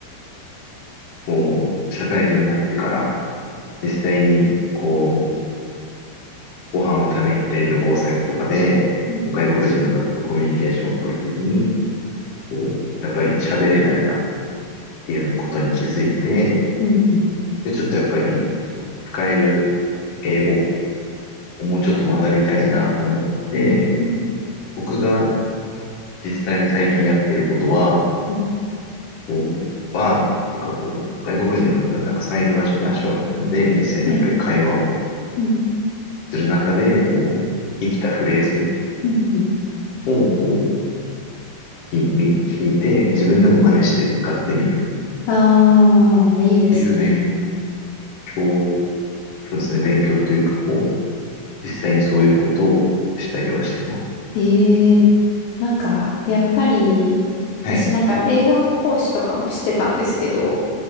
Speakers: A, on the left; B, on the left.
A: こう、社会人になってから、実際に、こう、ご飯を食べに行ったり旅行先とかで、
B: うん
A: 外国人の方とコミュニケーションを取るときに、こう、やっぱり喋れないなっていうことに気づいて、
B: うん
A: で、ちょっとやっぱり使える英語をもうちょっと学びたいなと思って、
B: うん
A: 僕が実際最近やってることは、
B: うん
A: こう、バーとかこう、外国人の方がたくさんいる場所に足を運んで、実際にやっぱり会話を
B: はいうん
A: する中で、こう、生きたフレーズ
B: うんうん
A: をこう、聞み聞いて、自分でも真似して使ってみる
B: うんうんああ、いいですね。
A: っていう勉強、そうですね、勉強というか、こう、実際にそういうことをしたりはしてます。
B: ええなんか、やっぱり、私なんか英語の講師とかもしてたんですけど、
A: はい。